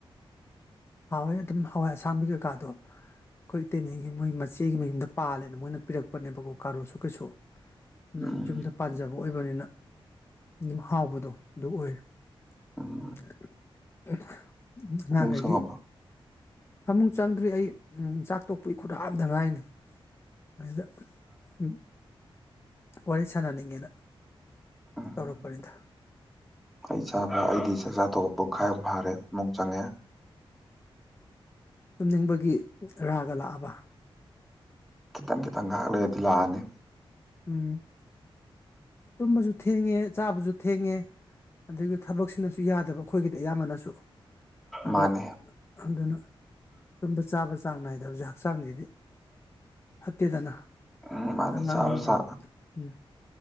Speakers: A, on the left; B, in the centre.
A: ꯍꯥꯎꯋꯦ ꯑꯗꯨꯝ ꯍꯋꯥꯏ ꯑꯁꯥꯡꯕꯤ ꯀꯩꯀꯥꯗꯣ ꯑꯩꯈꯣꯏ ꯏꯇꯩꯃꯒꯤ ꯃꯣꯏ ꯃꯆꯦꯒꯤ ꯃꯌꯨꯝꯗ ꯄꯥꯜꯂꯦꯅ ꯃꯣꯏꯅ ꯄꯤꯔꯛꯄꯅꯦꯕꯀꯣ ꯀꯥꯔꯣꯠꯁꯨ ꯀꯩꯁꯨ ꯅꯣꯏ
B: ꯎꯝ
A: ꯌꯨꯝꯗ ꯄꯥꯟꯖꯕ ꯑꯣꯏꯕꯅꯤꯅ ꯑꯗꯨꯝ ꯍꯥꯎꯕꯗꯣ ꯑꯗꯨ ꯑꯣꯏꯌꯦ ꯑꯟꯑꯣꯗꯤꯕꯜ
B: ꯎꯝ
A: <inaudible> ꯑꯍꯝ ꯎꯝ
B: ꯐꯃꯨꯡ
A: ꯑꯉꯥꯡꯒꯩꯒꯤ
B: ꯆꯪꯉꯕꯣ
A: ꯐꯃꯨꯡ ꯆꯪꯗ꯭ꯔꯤ ꯑꯩ ꯑꯝ ꯆꯥꯛ ꯇꯣꯛꯄꯒꯤ ꯈꯨꯠ ꯍꯥꯝꯕꯗ ꯉꯥꯏꯅꯤ ꯑꯗꯨꯗ ꯁꯨꯝ ꯋꯥꯔꯤ ꯁꯥꯟꯅꯅꯤꯡꯉꯦꯅ
B: ꯎꯝ
A: ꯇꯧꯔꯛꯄꯅꯤꯗ
B: ꯑꯩ ꯆꯥꯕ ꯑꯩꯗꯤ ꯆꯥꯛꯆꯥ ꯇꯣꯛꯄ ꯄꯨꯡꯈꯥꯏ ꯑꯝ ꯐꯥꯔꯦ ꯐꯃꯨꯡ ꯆꯪꯉꯦ
A: ꯇꯨꯝꯅꯤꯡꯕꯒꯤ ꯔꯥꯒ ꯂꯥꯛꯑꯕ
B: ꯈꯤꯇꯪ ꯈꯤꯇꯪ ꯉꯍꯥꯛ ꯂꯩꯔꯗꯤ ꯂꯥꯛꯑꯅꯤ
A: ꯎꯝ ꯇꯨꯝꯕꯁꯨ ꯊꯦꯡꯉꯦ ꯆꯥꯕꯁꯨ ꯊꯦꯡꯉꯦ ꯑꯗꯒꯤ ꯊꯕꯛꯁꯤꯅꯁꯨ ꯌꯥꯗꯕ ꯑꯩꯈꯣꯏꯒꯤꯗꯤ ꯑꯌꯥꯝꯕꯅꯁꯨ ꯑꯗꯣ
B: ꯃꯥꯅꯦ
A: ꯑꯗꯨꯅ ꯇꯨꯝ ꯆꯥꯕ ꯆꯥꯡ ꯅꯥꯏꯗꯦ ꯗꯕꯖꯥꯟ ꯍꯛꯆꯥꯡꯒꯤꯗꯤ ꯐꯠꯇꯦꯗꯅ
B: ꯎꯝ ꯃꯥꯅꯦ
A: ꯑꯉꯥꯡꯁꯤꯡꯁꯤ
B: ꯆꯥꯕ ꯆꯥ
A: ꯎꯝ